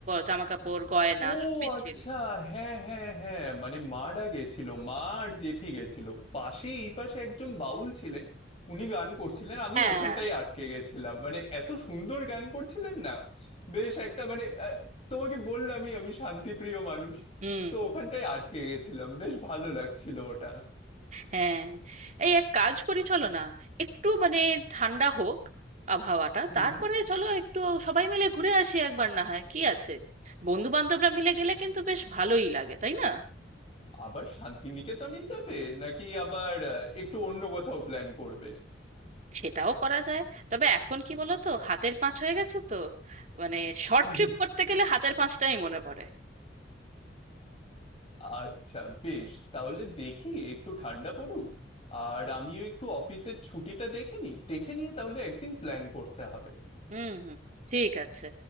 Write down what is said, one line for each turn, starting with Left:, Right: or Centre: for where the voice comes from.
Right: জামা কাপড় গয়না
Left: ও
Right: সবই
Left: আচ্ছা
Right: ছিল
Left: হ্যাঁ হ্যাঁ হ্যাঁ মানে মারা গেছিল মা আর জেঠি গেছিল পাশে এই পাশে একজন বাউল ছিলেন উনি গান করছিলেন আমি
Right: হ্যাঁ
Left: ওখানটায় আটকে গেছিলাম মানে এত সুন্দর গান করছিলেন না বেশ একটা মানে আহ, তোমাকে বললামই আমি শান্তিপ্রিয় মানুষ
Right: হুম
Left: তো ওখানটায় আটকে গেছিলাম বেশ ভালো লাগছিল ওটা
Right: হ্যাঁ এই এক কাজ করি চলো না একটু মানে ঠান্ডা হোক আবহাওয়াটা
Left: হুম
Right: তারপরে
Left: হুম
Right: চলো একটু সবাই মিলে ঘুরে আসি একবার না হয় কি আছে বন্ধু বান্ধবরা মিলে গেলে কিন্তু বেশ ভালোই লাগে তাই না
Left: আবার শান্তিনিকেতনেই যাবে নাকি আবার আহ, একটু অন্য কোথাও প্ল্যান করবে
Right: সেটাও করা যায় তবে এখন কি বলো তো হাতের পাঁচ হয়ে গেছে তো মানে শর্ট
Left: হুম,
Right: ট্রিপ করতে গেলে হাতের পাঁচটাই মনে পড়ে
Left: আচ্ছা বেশ তাহলে দেখি একটু ঠান্ডা পড়ুক আর আমিও একটু অফিসের ছুটিটা দেখে নিই দেখে নিয়ে তাহলে একদিন প্ল্যান করতে হবে
Right: হুম হুম ঠিক আছে